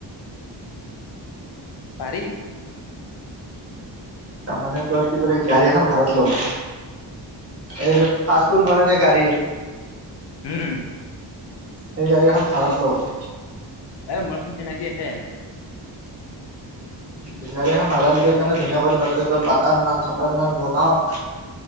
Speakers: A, on the left (about 60°); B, on the right (about 35°).
A: পাৰি
B: তাৰমানে ত কি বুলি গাড়ী এখন ভাড়াত ল'ব এই যে ফাষ্ট ফুড বনাই যে গাড়ী
A: উম
B: সেই গাড়ী এখন ভাড়াত লওঁ ।
A: এ মোৰ এখন চিনাকি আছে ।
B: বেগাৰী এখন ভাড়াত লৈ কেনে ধুনীয়া কৰে তাতে বাটাৰ নান চাটাৰ নান বনাও